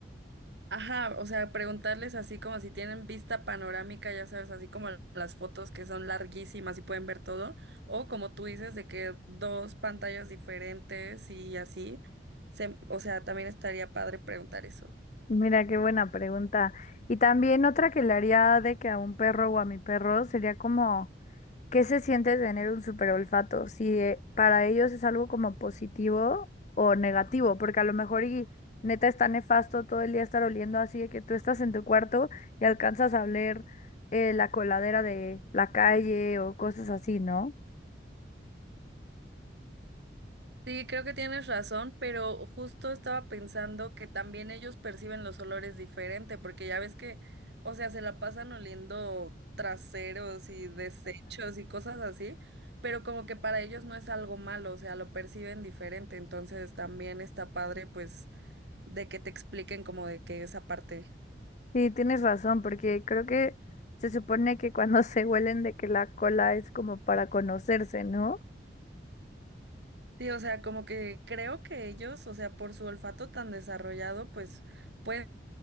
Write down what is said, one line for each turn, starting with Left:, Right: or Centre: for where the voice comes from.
Right: Ajá, o sea, preguntarles así como si tienen vista panorámica, ya sabes, así como las fotos que son larguísimas y pueden ver todo, o como tú dices, de que dos pantallas diferentes y así, se- o sea, también estaría padre preguntar eso.
Left: Mira, qué buena pregunta. Y también otra que le haría de que a un perro o a mi perro sería como, ¿qué se siente tener un super olfato? Si eh, para ellos es algo como positivo o negativo, porque a lo mejor y neta está nefasto todo el día estar oliendo así de que tú estás en tu cuarto y alcanzas a oler eh, la coladera de la calle o cosas así, ¿no?
Right: Sí, creo que tienes razón, pero justo estaba pensando que también ellos perciben los olores diferente, porque ya ves que, o sea, se la pasan oliendo traseros y desechos y cosas así, pero como que para ellos no es algo malo, o sea, lo perciben diferente, entonces también está padre, pues, de que te expliquen como de que esa parte.
Left: Sí, tienes razón, porque creo que se supone que cuando <laughs> se huelen de que la cola es como para conocerse, ¿no?
Right: Sí, o sea, como que creo que ellos, o sea, por su olfato tan desarrollado, pues... pueden